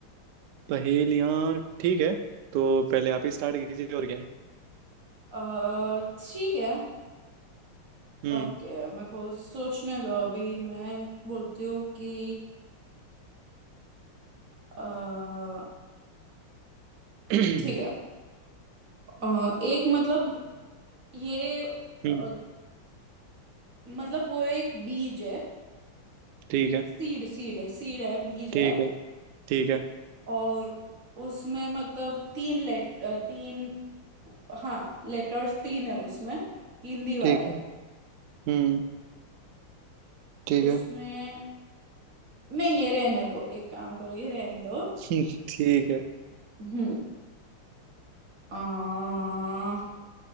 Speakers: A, on the right; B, on the right.
A: पहेलियाँ ठीक है तो पहले आप ही स्टार्ट कीजिए और क्या है
B: अ, ठीक है
A: हम्म
B: ओके मेरे को सोचने दो अभी मैं बोलती हूँ कि अ,
A: <clears throat>
B: ठीक है अ, एक मतलब ये
A: हम्म
B: अ, मतलब वो एक बीज है
A: ठीक है
B: सीड सीड है सीड है बीज
A: ठीक
B: है
A: है ठीक है
B: और उसमें मतलब तीन लेट अ, तीन हाँ लेटर्स तीन है उसमें हिंदी वाले
A: ठीक है हम्म ठीक
B: उसमें
A: है
B: मैं ये रहने दो एक काम करो ये रहने दो
A: हम्म, ठीक है
B: हम्म आ,